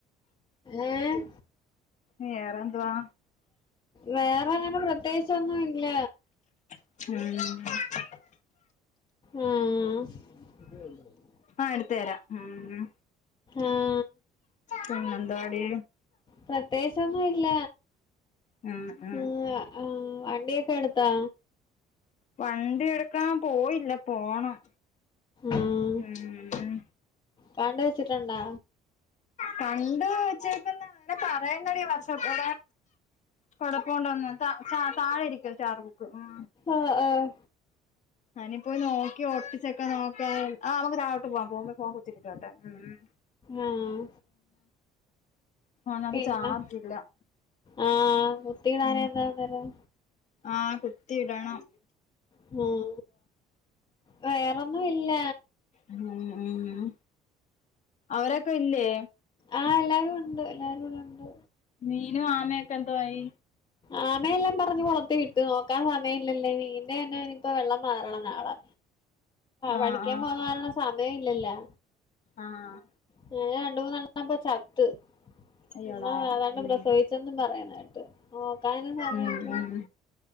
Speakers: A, on the left (about 25°); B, on the left (about 45°).
A: ഏഹ്
B: വേറെ എന്തുവാ
A: വേറെ അങ്ങനെ പ്രത്യേകിച്ചോന്നും ഇല്ല
B: ഉം
A: ആഹ് <unintelligible>
B: ആഹ് എട്ത്ത് തരാം ഉം
A: ആഹ്
B: പിന്നെന്താടി
A: പ്രത്യേകിച്ചൊന്നും ഇല്ല
B: ഉം ഉം
A: ഇങ് ക ആഹ് വണ്ടിയൊക്കെ എട്ത്താ
B: വണ്ടി എട്ക്കാൻ പോയില്ല പോണം
A: ആഹ്
B: ഉം
A: കണ്ട് വെച്ചിട്ടുണ്ടാ
B: കണ്ട് വച്ചേക്കുന്ന അങ്ങനെ പറയുന്നടി വർഷത്ത കൊഴപ്പുണ്ടോന്ന് താഴ ഇരിക്ക ചാർബുക്ക് ഉം
A: ആഹ് ആഹ്
B: ഞാനിപ്പോ നോക്കി ഒട്ടിച്ചൊക്കെ നോക്കാ ആ നമുക്ക് താവോട്ട് പോവാ പോകുമ്പ ഫോൻ കുത്തെച്ചിട്ട് വരട്ടെ ഉം ഉം
A: ആഹ്
B: ഫോണിനാത്
A: പിന്നെ
B: ചാർജ്ല്ല
A: ആഹ് കുത്തിടാഞ്ഞ എന്താ അന്നേരം
B: ആഹ് കുത്തി ഇടണം
A: ഉം വേറൊന്നും ഇല്ല
B: ഉം ഉം അവരൊക്കെ ഇല്ലേ
A: ആഹ് എല്ലാരും ഉണ്ട് എല്ലാരും ഇവിടെ ഉണ്ട്
B: മീനും ആമയൊക്കെ എന്തു ആയി
A: ആമയെല്ലാം പറ്ക്കി കൊളത്തിലിട്ടു നോക്കാൻ സമയം ഇല്ലല്ലോ മീനീന്റെ തന്നെ ഇനിയിപ്പോ വെള്ളം മാറണം നാളാ
B: ആഹ്
A: പഠിക്കാൻ
B: ആഹ്
A: പോവാനുള്ള സമയം ഇല്ലല്ലോ
B: ആഹ്
A: ന്നെ രണ്ട് മൂന്നെണ്ണം ഇപ്പം ചത്ത്
B: അയ്യോടാ
A: പിന്നെ ഏതാണ്ട്
B: ഉം
A: പ്രസവിച്ച് എന്നും പറയുന്ന കേട്ടു നോക്കാനും സമയല്ല
B: ഉം ഉം